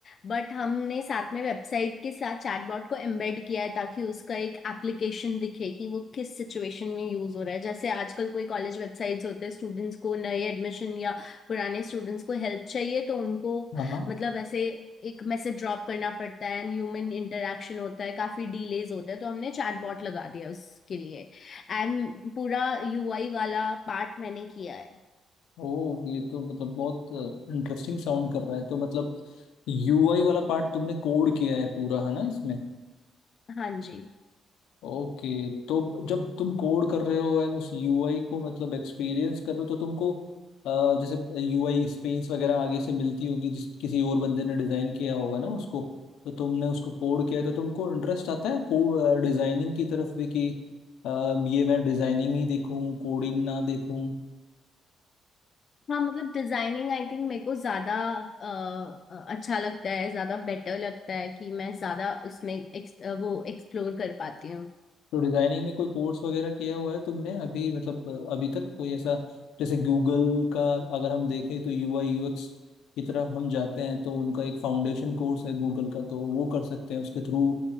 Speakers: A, on the left; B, on the left.
A: बट हमने साथ में वेबसाइट के साथ चैटबॉट को एम्बेड किया है ताकि उसका एक एप्लीकेशन दिखे कि वो किस सिचुएशन में यूज हो रहा है जैसे आजकल कोई कॉलेज वेबसाइट्स होते हैं स्टूडेंट्स को नए एडमिशन या पुराने स्टूडेंट्स को हेल्प चाहिए तो उनको
B: हाँ हाँ
A: मतलब ऐसे एक मैसेज ड्रॉप करना पड़ता है एंड ह्यूमन इंटरेक्शन होता है काफी डिलेज होता है तो हमने चैटबॉट लगा दिया उसके लिए एंड पूरा यूआई वाला पार्ट मैंने किया है
B: ओ ये तो मतलब बहुत इंटरेस्टिंग साउंड कर रहा है तो मतलब यूआई वाला पार्ट तुमने कोड किया है पूरा है ना इसमें
A: हाँ जी
B: ओके तो जब तुम कोड कर रहे हो एंड उस यूआई को मतलब एक्सपीरियंस कर रहे हो तो तुमको अ, जैसे यूआई स्पेस वगैरह आगे से मिलती होगी जिस किसी और बंदे ने डिजाइन किया होगा ना उसको तो तुमने उसको कोड किया है, तो तुमको इंटरेस्ट आता है को डिजाइनिंग की तरफ भी कि अ, ये मैं डिजाइनिंग ही देखूं कोडिंग ना देखूं
A: हाँ मतलब डिजाइनिंग आई थिंक मेरे को ज्यादा अ, अ, अच्छा लगता है ज्यादा बेटर लगता है कि मैं ज्यादा इसमें एक्स, अ, वो एक्सप्लोर कर पाती हूँ
B: तो डिजाइनिंग में कोई कोर्स वगैरह किया हुआ है तुमने अभी मतलब अभी तक कोई ऐसा जैसे गूगल का अगर हम देखें तो यूआई यूएक्स की तरफ हम जाते हैं तो उनका एक फाउंडेशन कोर्स है गूगल का तो वो कर सकते हैं उसके थ्रू